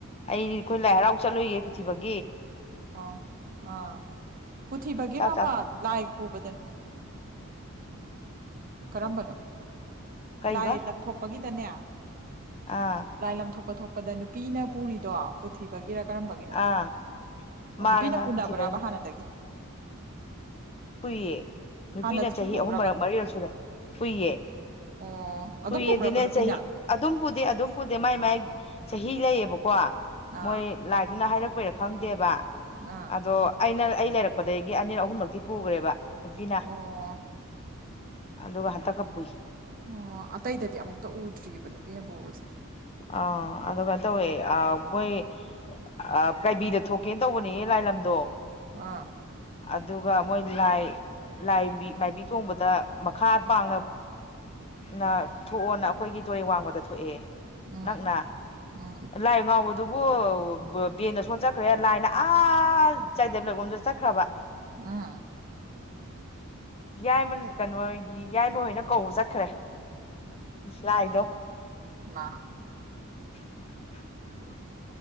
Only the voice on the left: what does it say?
ꯑꯩꯗꯤ ꯑꯩꯈꯣꯏ ꯂꯥꯏ ꯍꯔꯥꯎ ꯆꯠꯂꯨꯒꯦ ꯄꯨꯊꯤꯕꯒ
ꯆꯥꯛ ꯆꯥ
ꯀꯩꯕ
ꯑꯥ
ꯑꯥ
ꯃꯥꯅꯦ
ꯃꯥꯅꯦ
ꯄꯨꯊꯤꯕꯩꯅꯦ
ꯀꯨꯏꯌꯦ ꯅꯨꯄꯤꯅ
ꯆꯍꯤ
ꯑꯍꯨꯝ ꯃꯔꯛ
ꯃꯔꯤꯔꯛꯁꯨꯨꯔꯦ ꯀꯨꯏꯌꯦ
ꯄꯨꯏꯌꯦꯗꯤꯅꯦ
ꯆꯍꯤ ꯑꯗꯨꯝ ꯄꯨꯗꯦ ꯑꯗꯨꯝ ꯄꯨꯗꯦ ꯃꯥꯏ ꯃꯥꯏ ꯆꯍꯤ ꯂꯩꯌꯦꯕꯀꯣ
ꯃꯣꯏ ꯂꯥꯏꯗꯨꯅ ꯍꯥꯏꯔꯛꯄꯩꯔꯥ ꯈꯪꯗꯦꯕ
ꯑꯗꯣ ꯑꯩꯅ ꯑꯩ ꯂꯩꯔꯛꯄꯗꯒꯤ ꯑꯅꯤꯔ ꯑꯍꯨꯝꯃꯛꯇꯤ ꯄꯨꯈ꯭ꯔꯦꯕ ꯅꯨꯄꯤꯅ
ꯑꯗꯨꯒ ꯍꯇ ꯀꯞ ꯄꯨꯨꯏ
ꯑ ꯑꯗꯒ ꯇꯋ ꯑꯕꯣꯏ ꯑ ꯀꯥꯏꯕꯤꯗ ꯊꯣꯛꯀꯦꯅ ꯇꯧꯕꯅꯦ ꯂꯥꯏꯂꯝꯗꯣ
ꯑꯗꯨꯒ ꯃꯣꯏ ꯂꯥꯏ ꯂꯥꯏ ꯃꯥꯏꯕꯤ ꯊꯣꯡꯕꯗ ꯃꯈꯥ ꯄꯥꯡꯅ ꯅ ꯊꯣꯛꯑꯣꯅ ꯑꯩꯈꯣꯏꯒꯤ ꯇꯨꯔꯦ ꯋꯥꯡꯕꯗ ꯊꯣꯛꯑꯦ
ꯅꯛꯅ
ꯂꯥꯏ ꯉꯥꯎꯕꯗꯨꯕꯨ ꯕꯦꯟꯗ ꯁꯣꯟ ꯆꯈ꯭ꯔꯦ ꯂꯥꯏꯅ ꯑ ꯆꯥꯏꯗꯦꯕꯂꯛꯂꯣꯝꯗ ꯆꯠꯈ꯭ꯔꯕ
ꯌꯥꯏꯃꯟ ꯀꯩꯅꯣꯒꯤ ꯌꯥꯏꯃ ꯍꯣꯏꯅ ꯀꯧꯕ ꯆꯠꯈ꯭ꯔꯦ ꯁꯂ ꯍꯥꯏꯗꯣ
<unintelligible> <inaudible>